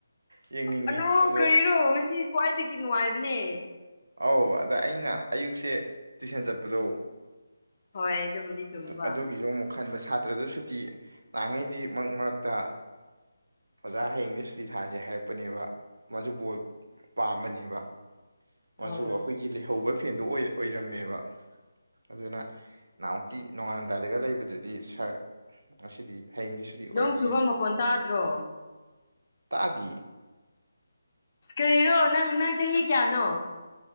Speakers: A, on the right; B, on the left.
A: ꯌꯦꯡꯅꯤꯡꯉꯤ
B: ꯑꯅꯣ
A: ꯑꯗꯣ
B: ꯀꯔꯤꯔꯣ ꯉꯁꯤ ꯈ꯭ꯋꯥꯏꯗꯒꯤ ꯅꯨꯡꯉꯥꯏꯕꯅꯦ
A: ꯑꯧ ꯑꯗ ꯑꯩꯅ ꯑꯌꯨꯛꯁꯦ ꯇꯨꯏꯁꯟ ꯆꯠꯄꯗꯧ
B: ꯍꯣꯏ ꯑꯗꯨꯕꯨꯗꯤ ꯆꯨꯝꯕ
A: ꯑꯗꯨꯒꯤꯁꯨ ꯑꯃꯨꯛ ꯈꯟꯕ ꯁꯥꯇ꯭ꯔꯁꯨ ꯁꯨꯇꯤ ꯅꯍꯥꯟꯉꯩꯗꯤ ꯃꯔꯛ ꯃꯔꯛꯇ ꯑꯣꯖꯥ ꯍꯌꯦꯡꯗꯤ ꯁꯨꯇꯤ ꯊꯥꯔꯁꯦ ꯍꯥꯏꯔꯛꯄꯅꯦꯕ ꯃꯥꯁꯨ ꯕꯣꯜ ꯄꯥꯝꯕꯅꯦꯕ
B: ꯍꯣꯏ
A: ꯃꯆꯨ ꯑꯩꯈꯣꯏꯒꯤ ꯂꯩꯍꯧꯕ ꯐꯦꯟꯗꯣ ꯑꯣꯏꯔꯝꯃꯦꯕ ꯑꯗꯨꯅ ꯅꯥꯍꯟꯃꯨꯛꯀꯤ꫰ ꯅꯣꯡꯉꯥꯜꯂꯝꯗꯥꯏꯗꯗꯨ ꯂꯩꯕꯗꯨꯗꯤ ꯁꯥꯔ ꯉꯁꯤꯗꯤ ꯍꯌꯦꯡꯗꯤ ꯁꯨꯇꯤ ꯑꯣꯏꯔꯁꯦ
B: ꯅꯣꯡ ꯆꯨꯕ ꯃꯈꯣꯟ ꯇꯥꯗ꯭ꯔꯣ
A: ꯇꯥꯗꯤꯌꯦ
B: ꯀꯔꯤꯔꯣ ꯅꯪ ꯅꯪ ꯆꯍꯤ ꯀꯌꯥꯅꯣ